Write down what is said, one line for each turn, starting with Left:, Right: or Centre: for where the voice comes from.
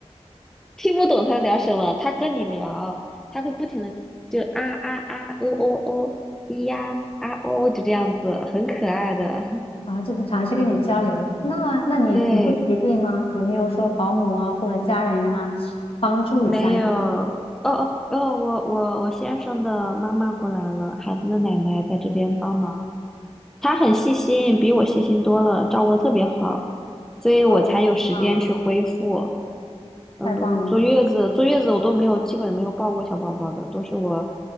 Centre: <laughs> 听不懂他在聊什么，他跟你聊，他会不停的就啊啊啊，哦哦哦，咿呀啊哦，就这样子，很可爱的，
Left: <laughs> 啊，就是尝试跟你交流。那，
Centre: <laughs>
Left: 那你你会疲惫吗？
Centre: 对。
Left: 有没有说保姆啊或者家人啊帮助一下你？
Centre: 没有，哦哦哦，我我我先生的妈妈过来了，孩子的奶奶在这边帮忙，她很细心，比我细心多了，照顾的特别好，所以我才有时间去恢复。
Left: 哦，太棒了，
Centre: 嗯，
Left: 太棒了。
Centre: 不是坐月子，坐月子我都没有，基本没有抱过小宝宝的，都是我